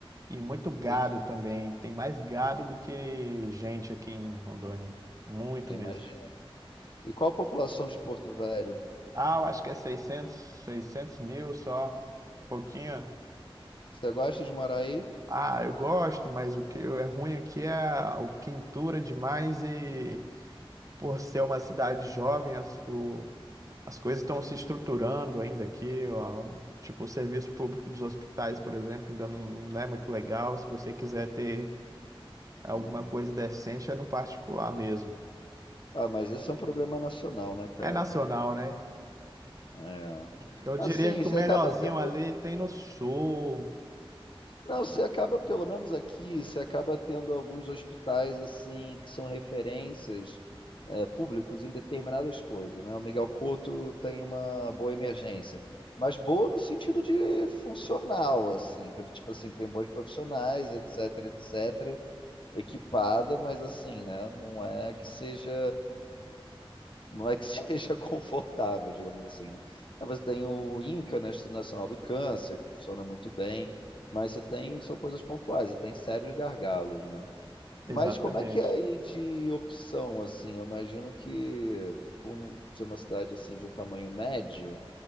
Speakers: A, on the right (about 35°); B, on the left (about 60°).
A: E muito gado
B: entendi.
A: também, tem mais gado do que gente aqui em Rondônia, muito
B: Imagino.
A: mesmo.
B: E qual a população de Porto Velho?
A: Ah, eu acho que é seiscentos seiscentos mil só, pouquinho.
B: Você gosta de morar aí?
A: Ah, eu gosto, mas o que é ruim aqui é a o quintura demais e por ser uma cidade jovem, as, o- as coisas estão se estruturando ainda aqui. ó. tipo, o serviço público dos hospitais, por exemplo, ainda não, não é muito legal. Se você quiser ter alguma
B: Uhum.
A: coisa decente, é no particular mesmo.
B: Ah, mas isso é um problema nacional, né, cara?
A: É nacional, né?
B: É.
A: Eu diria
B: Assim,
A: que
B: você
A: o melhorzinho
B: acaba tendo.
A: ali tem no sul.
B: Não, você acaba, pelo menos aqui, você acaba tendo alguns hospitais assim que são referências é, públicos em determinadas coisas, né? O Miguel Couto tem uma boa emergência, mas boa no sentido de funcional, assim, entendeu? tipo assim, tem bons profissionais, etc, etc, equipada, mas assim, né? Não é que seja não é que seja <laughs> confortável, digamos assim. né? Aí Você tem o INCA, né, Instituto Nacional do Câncer, que funciona muito bem, mas você tem, são coisas pontuais, você tem sérios gargalos, né? Mas
A: Exatamente.
B: como é que é aí de opção, assim? Eu imagino que, por ser uma cidade, assim, de um tamanho médio,